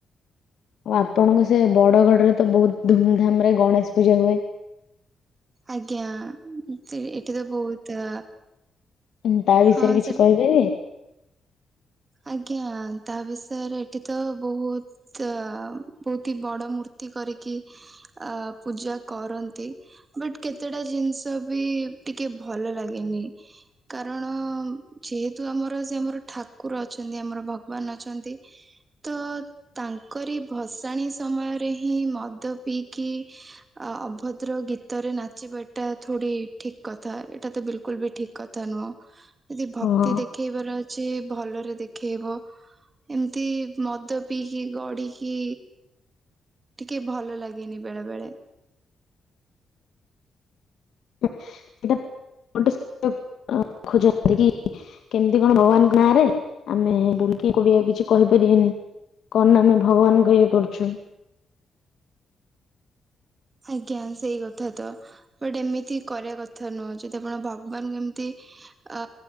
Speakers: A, on the left; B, on the right.
A: ଆଉ ଆପଣଙ୍କ ସେ ବଡଗଡରେ ତ ବହୁତ ଧୁମଧାମ ରେ ଗଣେଶ ପୂଜା ହୁଏ।
B: ଆଜ୍ଞା ଏମିତି ଏଠି ତ ବହୁତ
A: ଉ ତା ବିଷୟରେ
B: ହଁ
A: କିଛି
B: ସେ
A: କହିବେ?
B: ଆଜ୍ଞା ତା ବିଷୟରେ ଏଠି ତ ବହୁତ ବହୁତ ହି ବଡ ମୂର୍ତ୍ତି ତି କରିକି ଆ ପୂଜା କରନ୍ତି ବଟ୍ କେତେଟା ଜିନିଷ ବି ଟିକେ ଭଲ ଲାଗେନି କାରଣ ଯେହେତୁ ଆମର ସେ ଆମର ଠା କୁର ଅଛନ୍ତି ଆମର ଭଗବାନ ଅଛନ୍ତି, ତ ତାଙ୍କରି ଭସାଣି ସମୟରେ ହିଁ ମଦ ପିଇକି ଅଭଦ୍ର ଗୀତରେ ନାଚିବାଟା ଏଟା ଥୋଡ଼ି ଠିକ୍ କଥା ଏଇଟା ତ ବିଲକୁଲ୍ ବି ଠିକ୍ କଥା ନୁହଁ। ଯଦି ଭକ୍ତି
A: ହଁ
B: ଦେଖେଇବାର ଅଛି ଭଲରେ ଦେଖେଇବ, ଏମିତି ମଦ ପିଇକି, ଗଡିକି ଟିକେ ଭଲ ଲାଗେନି ବେଳେ ବେଳେ।
A: <inaudible> କେମିତି କଣ ଭଗବାନଙ୍କ ନାଁରେ ଆମେ ବୁଲିକି <unintelligible> କିଛି କହିପାରିବେନି। କଣ ନା ଆମେ ଭଗବାନଙ୍କ ଇଏ କରୁଚୁ।
B: ଆଜ୍ଞା ସେଇ କଥା ତ ବଟ ଏମିତି କରିବା କଥା ନୁହଁ ଯଦି ଭଗବାନଙ୍କୁ ଏମିତି ଅ